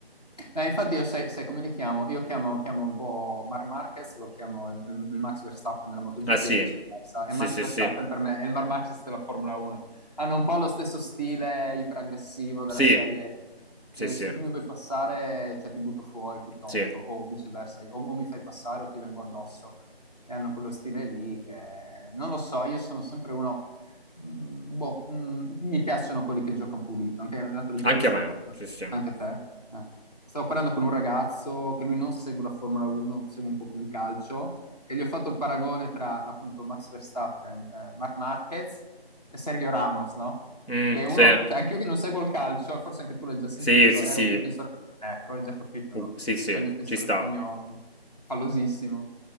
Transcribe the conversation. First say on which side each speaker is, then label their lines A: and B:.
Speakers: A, on the left (about 40°); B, on the left (about 75°).
A: Eh, infatti io sai, sai come li chiamo? Io chiamo, chiamo un po' Marc Marquez, lo chiamo il, il Max Verstappen della MotoGP
B: Ah sì,
A: e viceversa.
B: sì,
A: E Max
B: sì,
A: Verstappen
B: sì,
A: per me è il Marc Marquez della Formula 1. Hanno un po' lo stesso stile iperaggressivo della
B: sì,
A: serie.
B: sì,
A: eh,
B: sì,
A: se tu mi vuoi passare, cioè ti butto fuori piuttosto,
B: sì,
A: o viceversa, o, o mi fai passare o ti vengo addosso. E hanno quello stile lì che non lo so, io sono sempre uno... mm, boh, mm, mi piacciono quelli che giocano pulito. Anche l'altro giorno
B: anche
A: stavo
B: a me,
A: parlando
B: sì, sì.
A: anche a te? Eh. Stavo parlando con un ragazzo che lui non segue la Formula 1, segue un po' più il calcio, e gli ho fatto il paragone tra appunto Max Verstappen, eh, Marc Marquez e Sergio Ramos, no?
B: Mm,
A: Che uno,
B: sì,
A: cioè anche io che non seguo il calcio, forse anche tu l'hai già sentito,
B: sì, sì,
A: era
B: sì,
A: un difensore, ecco, hai già capito,
B: Uh,
A: no?
B: sì, sì,
A: C'è un difensore
B: ci sta.
A: spagnolo, fallosissimo.